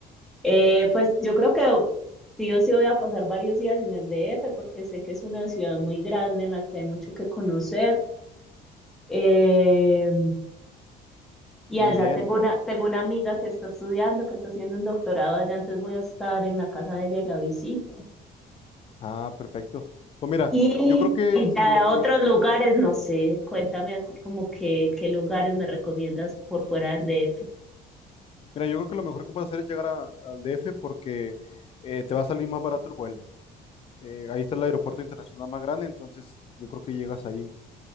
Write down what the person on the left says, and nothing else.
Muy
bien.
Ah, perfecto. Pues mira,
yo creo que
lo,
lo-
mira, yo creo que lo mejor que puedes hacer es llegar a- al DF porque eh, te va a salir más barato el vuelo. Eh, ahí está el aeropuerto internacional más grande, entonces yo creo que llegas ahí,